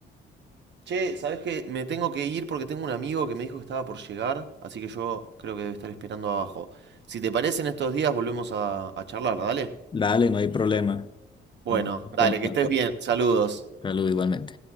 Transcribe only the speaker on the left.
dale, no hay problema.
Estamos en
contacto.
Saludos igualmente.